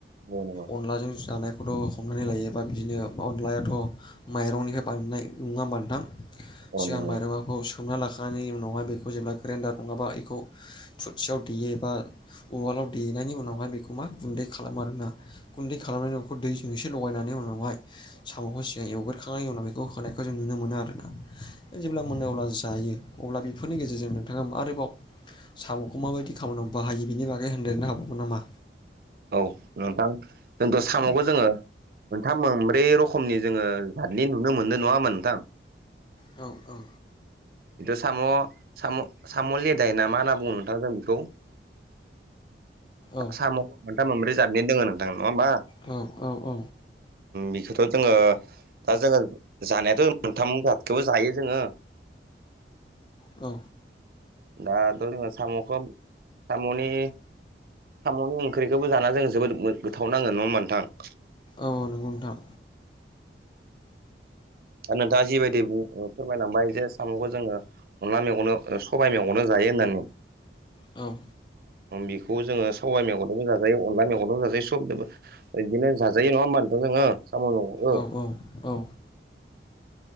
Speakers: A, on the right (about 55°); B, on the left (about 25°).
A: औ नोंगौ
B: अनलाजों जानायखौथ' हमनानै लायोबा बिदिनो अनलायाथ' माइरंनिफ्राय बानायनाय नङा नोंथां
A: औ
B: सिगां
A: नंगौ
B: माइरङा खौ सोमना लाखांनायनि उनावहाय बेखौ जेब्ला ग्रेन्डार नङाबा इखौ थुरसियाव देयो एबा उवालाव देनायनि उनावहाय बेखौ मा गुन्दै खालामो आरोना गुन्दै खालामनायनि उखौ दैजों एसे लगायनानै उनावहाय साम'खौ सिगां एवगोरखांनायनि उनाव बेखौ होनाय जों नुनो मोनो आरोना जेब्ला मोनो अब्ला जायो अब्ला बेफोरनि गेजेरजों नोंथाङा आरोबाव साम'खौ माबायदि खामानियाव बाहायो बिनि बागै होनदेरनो हाबावगोन नामा?
A: औ नोंथां जोंथ' साम'खौ
B: औ
A: जोङो मोनथाम मोनब्रै रखमनि जोङो जादनि नुनो मोनदों नङा होनबा नोंथां?
B: औ औ
A: खिन्थु साम' साम' लेदाय ना मा होनना बुङो नोंथां जों बेखौ
B: औ
A: साम' मोनथाम मोनब्रै जादनिनो दोङो नोंथां नङा होमबा?
B: औ औ औ
A: बेखौथ' जोङो दा जोङो जानायाथ' मोनथाम थेवबो जायो जोङो
B: औ
A: दाथ' जोङो साम'खौ साम'नि साम'नि ओंख्रिखौबो जाना जोंङो जोबोद गोथाव नांङो नङा होमबा नोंथां?
B: औ नंगौ नोंथां।
A: आरो नोंथाङा जिबायदि <unintelligible> फोरमायलांबाय जे साम'खो जोङो अनला मैगंदो सबाय मेगंदो जायो होननानै।
B: औ
A: बेखौ जोङो सबाइ मेगंदोबो जाजायो अनला मेगंदोबो जाजायो सबदोबो। बिदिनो जाजायो नङा होनोमबा नोंथां जोङो साम' मेगंखौ
B: औ औ औ